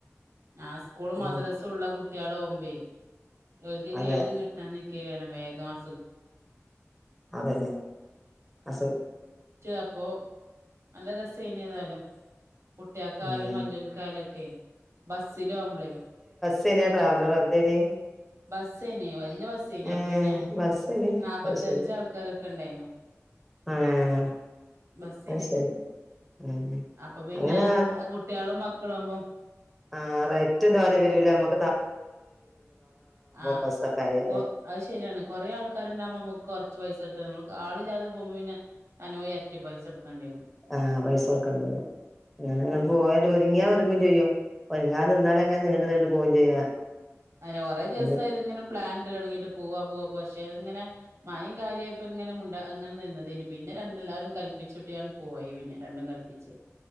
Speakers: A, on the right; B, in the centre.
A: ആ സ്കൂള് മദ്രസും
B: ഉം
A: ഉള്ള കുട്ടികൾഓകുമ്പേക്ക്
B: അതെ
A: ഏത് കിട്ടാൻ നിക്കിയ ക വേഗം അ
B: അതന്നെ അസു
A: അപ്പൊ നല്ല രസേനി ഏതാലും കുട്ടിക്കാരും
B: ഉം
A: വല്ല്യോൽക്കായാലൊക്കെ ബസിലാവുമ്പളെ
B: സന ട്രാവവലർ എന്തേനി
A: ബസ്സേനെയ വല്യ ബസ്സേനിയാ
B: ഏഹ്
A: പിന്നെ
B: ബസ്സേന്
A: നാല്പ്പത്തഞ്ച
B: അത് ശരി
A: ആൾക്കാരൊക്കെ ഇണ്ടായിനു
B: ആഹ്
A: ബസ്സില്
B: അത് ശരി ഉം
A: അപ്പൊ പിന്നെ
B: അങ്ങനെ
A: കുട്ടികളും മക്കളും ആവുമ്പം
B: ആറ ഏറ്റവും തധവാന വരൂല നമ്മക്ക്
A: ആഹ
B: ബസ്സൊക്കെ ആയാല്
A: കൊ അത് ശരിയാണ് കൊറേ ആൾക്കാരുണ്ടാവകുമ്പോ നമുക്ക് കൊറ പൈസടുത്ത നമ്മുക്ക് ആളില്ലാതെ പോകുമ്പോ പിന്നെ അനോ ഇരട്ടി പൈസ എടുക്കേണ്ട
B: ആഹ പൈസൊട്ക്കണ്ടി വരും അങ്ങനങ്ങ
A: ഉം
B: പോ ഒരുങ്ങാ ഒരുങ്ങും ചെയ്യും ഒരുങ്ങാ നിന്നാലും അങ്ങനെ നീണ്ടു നീു പോകയും ചെയ്യാ
A: അതെ കുറെേ ദിവസം
B: പിന്നെ
A: ഇതിങ്ങനെ പ്ലാൻ ഇല്ലോ തുടങ്ങിട്ട് പോവാ പോവാ പോ ങ്ങനെ മായം കാര്യമായി ഇപ്പ ഇങ്ങനെ അങ്ങനെ നിന്നത പിന്നെ രണ്ടെല്ലാരും കല്പ്പിച്ചിട്ട്യൂടിണ് പോ പോയി പിന്നെ രണ്ടും കൽപ്പിച്ച്